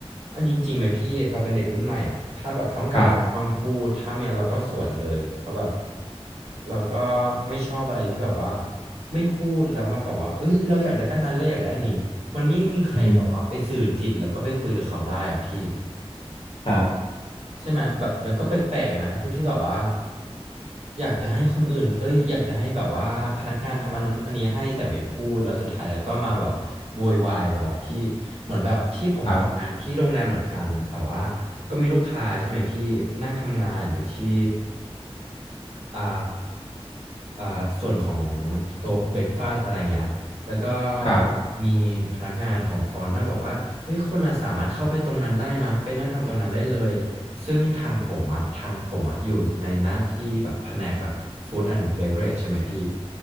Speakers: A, on the right; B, on the left.
A: เอาจริงๆไหมพี่เราเป็นเด็กรุ่นใหม่อ่ะถ้าแบบต้องการอะไรต้องพูดถ้าไม่งั้นเราก็สวนเลยเพราะแบบ
B: ครับ
A: เราก็ไม่ชอบอะไรที่แบบว่าไม่พูดแล้วมาแบบว่าเอ้ยเราอยากได้อันนั้นเราอยากได้อันนี้มันไม่มีใครแบบว่าไปสื่อจิตแล้วก็ไปคุยกับเขาได้อ่ะพี่
B: อืมครับ
A: ใช่ไหมแบบแล้วก็แปลกๆนะไอ้พวกที่แบบว่า อยากจะให้คนอื่นเอ้ยอยากจะให้แบบว่าพนักงานทำอันนู้นอันนี้ให้แต่ไม่พูดแล้วสุดท้ายแล้วก็มาแบบว่าโวยวายเราอะพี่เหมือนแบบที่ผมทำงานที่โรงแรมเหมือนกันแบบว่า
B: ครับ
A: ก็มีลูกค้าใช่ไหมพี่นั่งทำงานอยู่ที่ อ่าอ่าส่วนของโต๊ะเบรกฟาสอะไรเงี้ยแล้วก็
B: ครับ
A: มีพนักงานของฟอนต์นะบอกว่าเฮ้ยคุณอะสามารถเข้าไปตรงนั้นได้นะไปนั่งทำตรงนั้นได้เลยซึ่งทางผมอะทางผมอะอยู่ในหน้าที่แบบแผนกแบบฟู้ดแอนด์เบเวอเรจใช่ไหมพี่